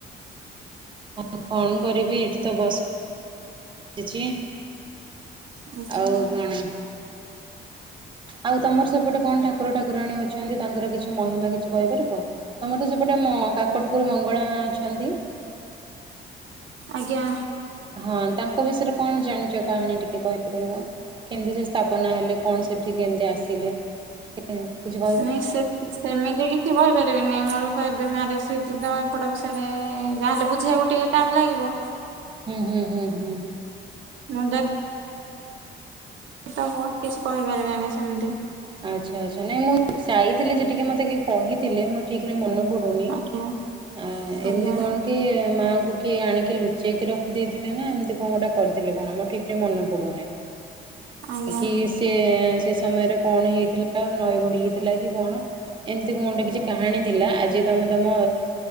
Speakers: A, on the right; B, on the right.
A: ହ କଣ କରିବି ଏଇଠି ତ ବସ ଚି
B: ଆଚ୍ଛା
A: ଆଉ କଣ? ଆଉ ତମର ସେପଟେ କଣ ଠାକୁର ଠାକୁରାଣୀ ଅଛନ୍ତି ତାଙ୍କର କିଛି ମହିମା କିଛି କହିପାରିବ? ତମର ସେପଟେ ଆମ କାକଟପୁର ମଙ୍ଗଳା ମା ଅଛନ୍ତି।
B: ଆଜ୍ଞା।
A: ହଁ ତାଙ୍କ ବିଷୟରେ କଣ ଜାଣିଛ କାହାଣୀ ଟିକେ କହିପାରିବ? କେମିତି ସେ ସ୍ଥାପନା ହେଲେ କଣ ସେଠି କେମିତି ଆସିଲେ? ଏ କିଛି କ
B: ନାଇଁ ସେ ସେମିତି କି ଛି କହିପାରିବିନି ମୋର ତ ଏବେ ମ୍ୟାରେଜ ହେଇଛି ଦ ଏପଟ ବିଷୟରେ ଯାହାହେଲେ ବୁଝେଇଆକୁ ଟିକେ ଟାଇମ ଲାଗିବ।
A: ହୁଁ ହୁଁ ହୁଁ ହୁଁ।
B: ମୁଁ ତ ତ ବହୁତ କିଛି କହିପାରିବେନି ସେମତି।
A: ଆଚ୍ଛା ଆଚ୍ଛା ନାଇଁ ମୁଁ ଯାଇଥିଲି ଯେ ଟିକେ ମତେ କେହି କହିଥିଲେ ମୋର ଠିକରେ ମନ ପଡୁ ନି
B: ଆଜ୍ଞା
A: ଆ ଏମିତି
B: ଆଜ୍ଞା
A: କଣ କିଏ ମାଆଙ୍କୁ କିଏ ଆଣିକି ଲୁଚେଇକି ରଖିଦେଇଥିଲେ ନା ଏମିତି କଣ ଗୋଟା କରିଥିଲେ କଣ ମୋର ଠିକ୍ ସେ ମନେ ପଡ଼ୁନି।
B: ଆଜ୍ଞା।
A: କି ସେ ସେ ସମୟରେ କଣ ହେଇଥିଲା? ନଈ ବଢ଼ି ହେଇଥିଲା କି କଣ। ଏମିତି କଣ ଗୋଟେ କିଛି କାହାଣୀ ଥିଲା ଆଜି ତମେ ତମ